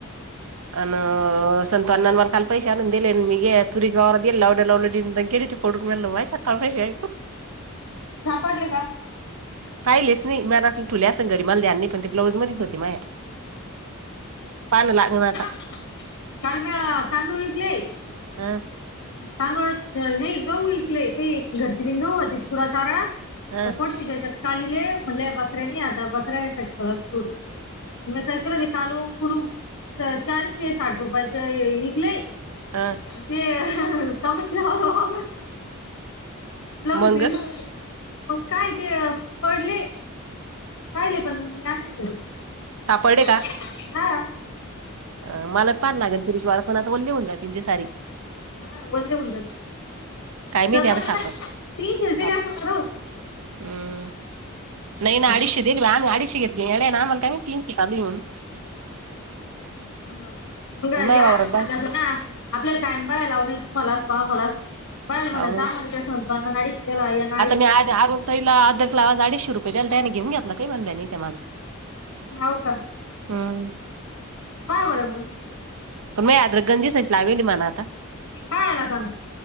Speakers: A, on the right (about 80°); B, on the left (about 75°).
A: अन संतुअण्णा मला काल. पैसे आणून दिले मी तुरी गाला गेल लावड लावले त पडून मल माय का पैसे.
B: सापडले का
A: पाहिलेच नाही मटलं ठुल्या असं घरी मला पण ते ब्लाऊज मधत होती माया, पान लाग म आता
B: सांग ना तांदुळीतले
A: हा.
B: तानदोळ नाही गहू ईकलेय ते घरची बि गहूतीच पुरा सारा
A: हं
B: पटच्याच्या कालीले म्हटले बकऱ्यानी आता बकऱ्या साठी होला चूर मी काय केलं ते काल कुलू चारशे साठ रुपयाच विकले.
A: हा.
B: ते हा <unintelligible>
A: मंग
B: मग काय ते पडले. पाहिले पण मग मी आणले तरी
A: सापडले का
B: हा.
A: अ मला ताण लागल फिरीश्लाणता वल्ले होऊनात ते सारी.
B: हा वल्ले होऊन जाते,
A: काय माहिती
B: चल
A: आता सापड
B: ती शेजलेली
A: साप
B: असल ना रोज.
A: हम्म,
B: रोज
A: नैन अडीश देल्वा आम अडश घेत <unintelligible>
B: हो मग असं
A: आणि माझ्या वावरात
B: सांगाचं
A: बा
B: ना आपल्याला कायम बाय लाव हाय तूमला असो आमला आसो बल
A: हाव
B: मला चांग मलते संतो अन नडीशला <unintelligible>
A: आता मी आ अग तलार्ध किला अडीचशे रुपये द्याला त्याने घेऊन घ्या आपलं काही बण्या नाही त्या मला.
B: होव का.
A: हम्म.
B: पहा बर मग.
A: पण माझी अद्रक गंजीसच लावेली म्हणा आता
B: हाला क <unintelligible>